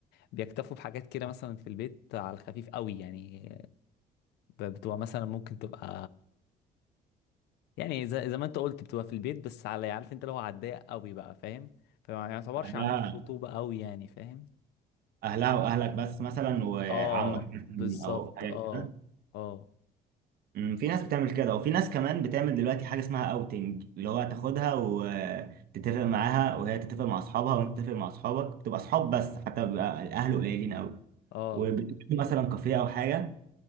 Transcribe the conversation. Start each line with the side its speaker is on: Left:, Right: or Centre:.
Left: بيكتفوا بحاجات كده مثلا في البيت على الخفيف قوي يعني ب- بتبقى مثلا ممكن تبقى يعني زي, زي ما انت قلت بتبقى في البيت بس على عارف انت اللي هو على الضيق قوي بقى فاهم فما يعتبرش
Right: أهلها
Left: عاملين خطوبة قوي يعني فاهم
Right: أهلها وأهلك بس مثلا وعمك
Left: اه
Right: مثلاً
Left: بالظبط
Right: أو حاجة
Left: اه
Right: كده
Left: اه
Right: أمم، في ناس بتعمل كده وفي ناس كمان بتعمل دلوقتي حاجة اسمها أوتنج اللي هو تاخدها وتتفق معاها وهي تتفق مع أصحابها وأنت تتفق مع أصحابك تبقى أصحاب بس حتى بيبقى الأهل قليلين أوي
Left: اه
Right: وبتكون مثلا كافيه أو حاجة